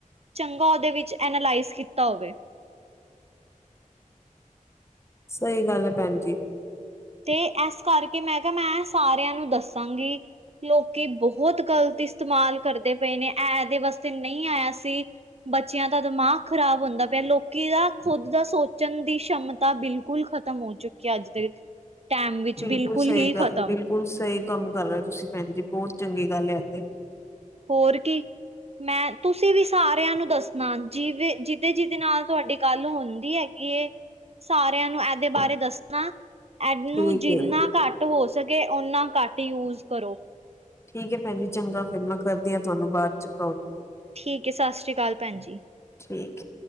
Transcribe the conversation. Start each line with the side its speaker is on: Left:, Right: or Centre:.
Right: ਚੰਗਾ ਉਦੇ ਵਿੱਚ ਐਨਾਲਾਈਜ਼ ਕੀਤਾ ਹੋਵੇ।
Left: ਸਹੀ ਗੱਲ ਏ ਭੈਣ ਜੀ।
Right: ਤੇ ਏਸ ਕਰਕੇ ਮੈਂ ਕਿਹਾ ਮੈਂ ਸਾਰਿਆਂ ਨੂੰ ਦੱਸਾਂਗੀ ਲੋਕੀ ਬਹੁਤ ਬਹੁਤ ਗ਼ਲਤ ਇਸਤੇਮਾਲ ਕਰਦੇ ਪਏ ਨੇ। ਐ ਐਦੇ ਵਸਤੇ ਨਹੀਂ ਆਇਆ ਸੀ। ਬੱਚਿਆਂ ਦਾ ਦਿਮਾਗ ਖ਼ਰਾਬ ਹੁੰਦਾ ਪਿਆ। ਲੋਕੀ ਦਾ ਖੁੱਦ ਦਾ ਸੋਚਣ ਦੀ ਸ਼ਮਤਾ ਬਿਲਕੁਲ ਖ਼ ਖਤਮ ਹੋ ਚੁੱਕੀ ਅੱਜ ਦੇ ਵਿੱਚ। ਟਾਈਮ
Left: ਬਿਲਕੁਲ ਸਹੀ
Right: ਹੀ ਖ਼ਤਮ
Left: ਗ ਬਿਲਕੁਲ ਸਹੀ ਕੰਮ ਕਰ ਰਹੇ ਓ ਤੁਸੀਂ ਭੈਣ ਜੀ ਬਹੁਤ ਚੰਗੀ ਗੱਲ ਐ ਤੇ
Right: ਹੋਰ ਕੀ ਮੈਂ ਤੁਸੀਂ ਵੀ ਸਾਰਿਆਂ ਨੂੰ ਦੱਸਣਾ ਜਿਵੇਂ ਜੀਦੇ-ਜੀਦੇ ਨਾਲ ਤੁਹਾਡੀ ਗੱਲ ਹੁੰਦੀ ਏ ਸਾਰਿਆਂ ਨੂੰ ਐਦੇ ਬਾਰੇ ਦੱਸਣਾ ਐਨੂੰ
Left: ਠੀਕ
Right: ਜਿੰਨਾ
Left: ਏ।
Right: ਘੱਟ ਹੋ ਸਕੇ ਓਨਾ ਘੱਟ ਯੂਜ ਕਰੋ।
Left: ਠੀਕ ਹੈ ਭੈਣ ਜੀ ਚੰਗਾ ਫਿਰ ਮੈਂ ਕਰਦੀ ਹਾਂ ਤੁਹਾਨੂੰ ਬਾਦ ਚ ਕਾੱਲ
Right: ਠੀਕ ਏ ਸਤਿ ਸ੍ਰੀ ਅਕਾਲ ਭੈਣ ਜੀ।
Left: ਠੀਕ।